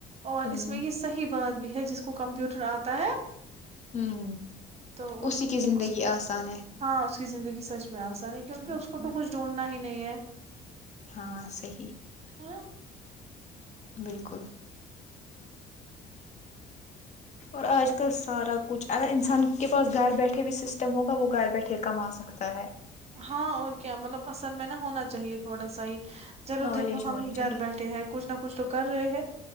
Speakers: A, on the right (about 40°); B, on the left (about 45°).
A: اور
B: ہوں
A: اس میں یہ صحیح بات بھی ہے جس کو کمپیوٹر آتا ہے
B: ہوں
A: تو اس
B: اسی
A: کو
B: کی زندگی آسان ہے
A: ہاں اس کی زندگی سچ آسا نہیں ہے کیونکہ اس کو تو کچھ ڈھونڈنا ہی نہیں ہے
B: ہاں صی
A: ہ
B: بالکل اور آج کل سارا کچھ اگر انسان کے پاس گھر بیٹھے بھی سسٹم ہوگا وہ گھر بیٹھے کما سکتا ہے
A: ہاں اور کیا مطلب اصل میں نا ہونا چاہیے تھوڑا سا ہی چلو
B: نالج
A: دیکھو
B: ہونی
A: ہم ہی
B: چاہیے
A: گھر بیٹھے ہیں کچھ نہ کچھ کچھ تو کر رہے ہیں